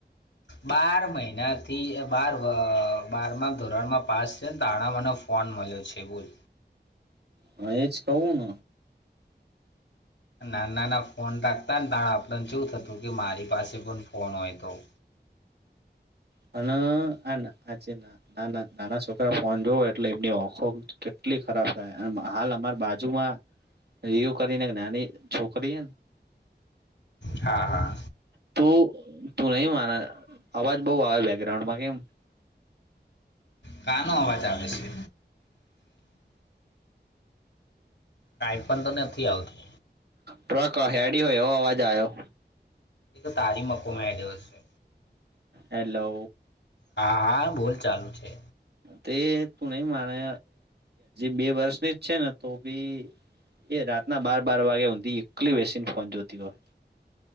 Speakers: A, on the left (about 85°); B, on the right (about 65°).
A: બાર મહિના થી બાર બારમાં ધોરણમાં પાસ છે ને તારણા મને ફોન મળ્યો છે બોલ.
B: હા એજ કવ ન.
A: નાના નાના ફોન રાાકતા ને ત આપણને શું થતું કે મારી પાસે પણ ફોન હોય તો.
B: હ ના આ છે ના ના ના નાના છોકરા ફોન જો એટલે એમની ઓખો કેટલી ખરાબ થાય હાલ અમારે બાજુ બાજુમાં રિયુ કરીને નાની છોકરી
A: હા હા.
B: તું તું નહી માના અવાજ બઉ આવે બેકગ્રાઉન્ડમાં કેમ.
A: કાનો અવાજ આવે છે? કાઈ પણ તો નથી આવતું.
B: ટ્રક હેડી હોય એવ અવાજ આવ્યો.
A: ચાર્જિંગ માં ફોન હેડયો છે.
B: હેલો
A: હા હા બોલ ચાલુ છે.
B: તે તું નહી માને બે વર્ષની જ છે ને તો ભી એ રાતના બાર બાર વાગે હુંધી એકલી વસીને ફોન જોતી હોય.